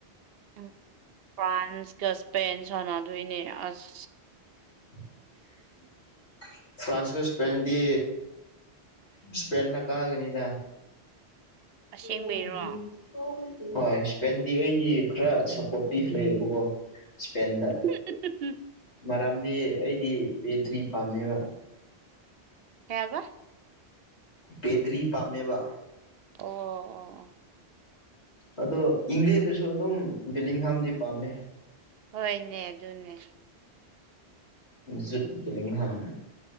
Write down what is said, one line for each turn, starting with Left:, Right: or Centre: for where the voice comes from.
Right: ꯎꯝ ꯐ꯭ꯔꯥꯟꯁꯀ ꯏꯁꯄꯦꯟ ꯁꯥꯟꯅꯗꯣꯏꯅꯦ ꯑꯁ꯫
Left: <inaudible> ꯐ꯭ꯔꯥꯟꯁꯀ ꯏꯁꯄꯦꯟꯗꯤ ꯏꯁꯄꯦꯟꯅ ꯀꯥꯒꯅꯤꯗ
Right: ꯑꯁꯦꯡꯕꯩꯔꯣ
Left: <unintelligible> ꯍꯣꯏ ꯏꯁꯄꯦꯟꯗꯤ ꯑꯩꯒꯤ ꯈꯔ ꯁꯞꯄꯣꯔꯠꯇꯤꯞ ꯂꯩꯌꯦꯕꯀꯣ ꯏꯁꯄꯦꯟꯗ
Right: <inaudible>
Left: ꯃꯔꯝꯗꯤ ꯑꯩꯗꯤ ꯄꯦꯇ꯭ꯔꯤ ꯄꯥꯝꯃꯦꯕ
Right: ꯀꯩ ꯍꯥꯏꯕ
Left: ꯄꯦꯗ꯭ꯔꯤ ꯄꯥꯝꯃꯦꯕ
Right: ꯑꯣ ꯑꯣ ꯑꯣ
Left: ꯑꯗꯣ ꯏꯪꯂꯦꯟꯗꯁꯨ ꯑꯗꯨꯝ ꯕꯦꯂꯤꯡ ꯍꯥꯥꯝꯗꯤ ꯄꯥꯝꯃꯦ
Right: ꯍꯣꯏꯅꯦ ꯑꯗꯨꯅꯦ
Left: ꯖꯨꯠ ꯕꯤꯂꯤꯡꯍꯝ